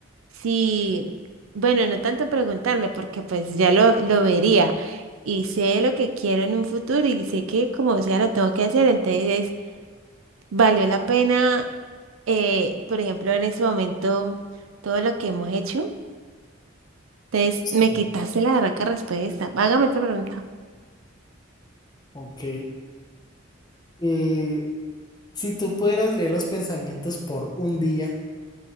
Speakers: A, on the right; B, on the left.
A: si, bueno, no tanto preguntarle, porque pues ya lo, lo vería y sé lo que quiero en un futuro y sé que como sea lo tengo que hacer, entonces Valió la pena, eh, por ejemplo, en ese momento, todo lo que hemos hecho. Entonces,
B: Sí.
A: me quitaste la raca respuesta. Hágame otra pregunta.
B: Ok. Eh, si tú pudieras leer los pensamientos por un día,